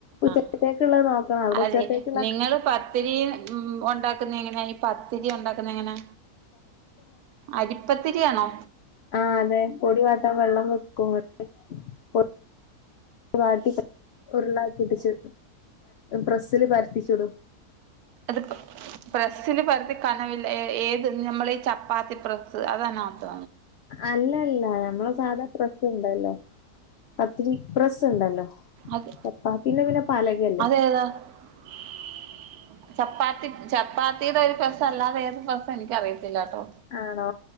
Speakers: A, on the right (about 75°); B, on the left (about 75°).
A: ആഹ്
B: ഉച്ചത്തേക്കുള്ളത് നോക്കണം അവിടെ
A: അതെ
B: ഉച്ചത്തേക്കുള്ള
A: നിങ്ങള് പത്തിരി ഒൺ ഉണ്ടാക്കുന്ന എങ്ങനാ, ഈ പത്തിരി ഉണ്ടാക്കുന്ന എങ്ങനാ, അരിപ്പത്തിരിയാണോ?
B: ആഹ അതെ പൊടി വാട്ടാൻ വെള്ളം വെക്കും <unintelligible> വാട്ടി ഉരുളാക്കിടിച്ചു പ്രസ്സില് പരത്തിച്ചുടും.
A: അത് പ്രസില് പരത്തി കനവില്ല ഏത് നമ്മള ഈ ച പാത്തിപ്രസ് അതാ നാ <unintelligible>
B: അല്ലല്ല ഞമ്മള സാധാ പ്രസ്ണ്ടല്ലോ. പത്തിരി പ്രസ് ഉണ്ടല്ലോ.
A: അത്
B: ചപ്പാത്തീനെ പിന്നെ പലകയല്ലേ
A: <inaudible> <inaudible> ചപ്പാത്തി ചപ്പാത്തിയുടെ ഒരു പ്രസ്സ് അല്ലാതെ ഏത് പ്രസ്സ് എനിക്കറിയത്തില്ലാട്ടോ.
B: ആണോ